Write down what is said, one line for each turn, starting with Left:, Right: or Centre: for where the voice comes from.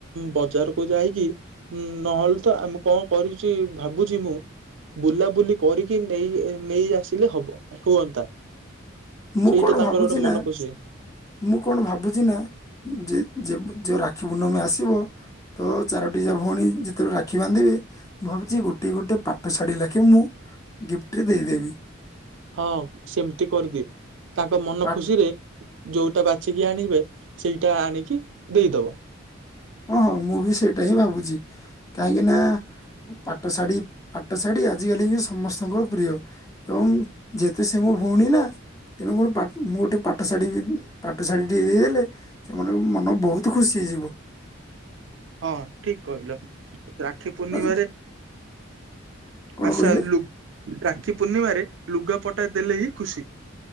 Right: ବଜାରକୁୁ ଯାଇକି ହୁଁ ନହେଲେ ତ ଆମେ କଣ କରିଚି ଭାବୁଛି ମୁଁ ବୁଲାବୁଲି କରିକି ନେଇ ନେଇ ଆସିଲେ ହବ ହୁଅନ୍ତା।
Left: ମୁଁ
Right: ସେଇଟା
Left: କଣ
Right: ତାଙ୍କର
Left: ଭାବୁଛି
Right: ଗୋଟେ ମନ
Left: ନା
Right: ଖୁସି।
Left: ମୁଁ କଣ ଭାବୁଛି ନା ଯେ ଯୋ ଯୋଉ ରାକ୍ଷୀ ପର୍ଣ୍ଣିମି ଆସେ ଆସିବ ତ ଚାରୋଟି ଯା ଭଉଣୀ ଯେତେବେଳେ ରାକ୍ଷୀ ବାନ୍ଧିବେ ମୁଁ ଭାବୁଛି ଗୋଟେ ଗୋଟେ ପାଟ ଶାଢ଼ୀ ରାକ୍ଷୀ ରେ ମୁଁ ଗିଫ୍ଟରେ ଦେଇଦେବି।
Right: ହଁ ସେମିତି କରିଦିଅ ତାଙ୍କ ମନ
Left: ପା-
Right: ଖୁସିରେ ଯୋଉଟା ବାଛିିକି ଆଣିବେ ସେଇଟା ଆଣିକି ଦେଇଦବ।
Left: ହଁ ହଁ ମୁଁ ବି ସେଇଟା ହିଁ ଭାବୁଛି କାହିଁକି ନା ପାଟ ଶାଢୀ ପାଟ ଶାଢୀ ହିଁ ଆଜି କାଲି ହିଁ ସମସ୍ତଙ୍କର ପ୍ରିୟ ଏବଂ ଯେହେତୁ ସେ ମୋ ଭଉଣୀ ନା ତେଣୁ ଗୋଟେ ପା ମୁଁ ଗୋଟେ ପାଟଶାଢୀ ପାଟଶାଢୀ ଟିଏ ଦେଇଦେଲେ ସେମାନଙ୍କ ମନ ବହୁତ ଖୁସିହେଇ ଯିବ।
Right: ହଁ ଠିକ କହିଲ ରାକ୍ଷୀ ପୂର୍ଣ୍ଣିମାରେ
Left: ଆଚ୍ଛା, କଣ
Right: ଆଶା
Left: କହିଲେ
Right: ରାକ୍ଷୀ ପୂର୍ଣ୍ଣିମାରେ ଲୁଗା ପଟା ଦେଲେ ହିଁ ଖୁସି।